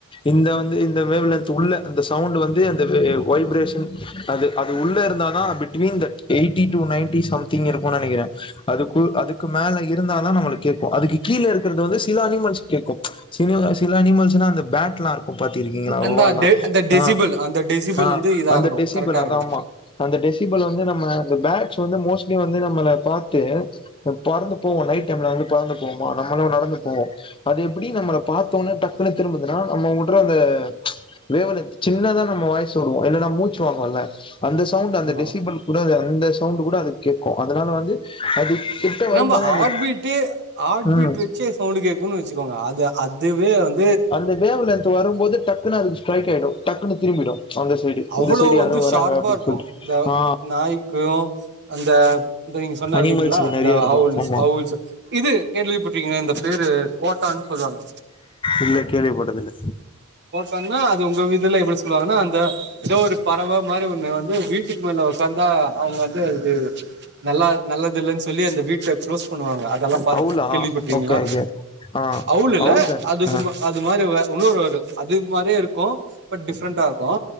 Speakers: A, on the left (about 25°); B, on the right (about 50°).
A: இந்த வந்து இந்த வேவ் லென்த் உள்ள இந்த சவுண்ட் வந்து அந்த வைப்ரேஷன் அது அது உள்ள இருந்தா தா between the eighty to ninety something இருக்கு நேனைக்கற அது கூ‌அதுக்கு மேல இருந்தா தா நம்பல கேக்கு அதுக்கு கீழ இருக்கிறது வந்து சில அனிமல்ஸ் கேக்கு சில சில சில அனிமல்ஸ்னா அந்த பேட் லா இருக்கு பாத்து இருக்கீங்களா
B: அந்த
A: வவ்வால்லா
B: அந்த டெசிபிள்
A: ஆ
B: அந்த டெசிபிள்
A: ஆ
B: வந்து இதாகணு
A: அந்த டெசிபல்
B: கரெக்டா இருக்கணு
A: அத ஆமா அந்த டெசிபல் வந்து நம்ம பேட்ஸ் வந்து மோஸ்ட்லி வந்து நம்மள பாத்து பறந்து போவு நைட் டைம்ல வந்து பறந்து போவுமா நம்மள நடந்து போவோ அது எப்டி நம்மள பாத்த உடனே டக்குனு திரும்புதுனா நம்ம உட்ர அந்த வேவ் லென்த் சின்னதா நம்ம வாய்சு விடுவோ இல்ல நம் மூச்சுவாங்குவோல அந்த சவுண்ட் அந்த
B: ஆமா
A: டெசிபல் கூட அந்த சவுண்ட் கூட அது கேட்கு அதனால வந்து அது கிட்ட வரும்போது
B: நம்ம ஹார்ட்பீட்டு
A: அந்த
B: ஹார்ட்
A: ம்
B: பீட் வச்சே சவுண்ட் கேட்குனு வச்சுக்கோங்க அது அதுவே வந்
A: அந்த வேவ் லென்த் வருபோது டக்குனு அதுக்கு ஸ்ட்ரைக் ஆய்டும் டக்குனு திரும்பிடு அந்த சைடு
B: அவ்ளோ
A: இந்த சைடு யாரோ
B: வந்து
A: வராங்க
B: ஷார்பா
A: அப்படின்னு
B: இருக்கு
A: சொல்லிட்டு
B: அந்த
A: ஆ
B: நாய்க்கு அந்த த நீங்க சொன்ன
A: அனிமல்ஸுக்கு
B: னீங்ளா இந்த
A: நெறைய இருக்கும்
B: அவுல்ஸ்
A: ஆமா
B: அவுல்ஸ் இது கேள்விப்பட்டிருக்கிங்களா இந்த பேரு கோட்டான் சொல்லுவாங்க
A: இல்ல கேள்விபட்டதுல்ல
B: <unintelligible> அது உங்க இதுல எப்டி சொல்லுவாங்கனா அந்த ஏதோ ஒரு பறவ மாரி ஒன்னு வந்து வீட்டுக்கு மேல உக்காந்தா அவங்க வந்து அது நல்லா நல்லது இல்லன்னு சொல்லி அந்த வீட்ட குளோஸ் பண்ணுவாங்க அதெல்லா பா
A: அவுலா
B: கேள்விப்பட்டீங்களா
A: ஓகே ஓகே ஆ
B: அவுல் இல்ல
A: தன்
B: அதுக்கு
A: ஆ
B: அது மாரி வேற இன்னொரு ஒரு அது மாரியே இருக்கு பட் டிஃபிரண்ட் இருக்கு